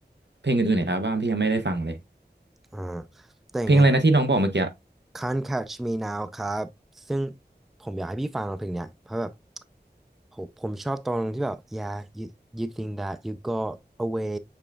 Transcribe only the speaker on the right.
เพลงอื่นๆในอัลบั้มพี่ยังไม่ได้ฟังเลย
เพลงอะไรนะที่น้องบอกเมื่อกี้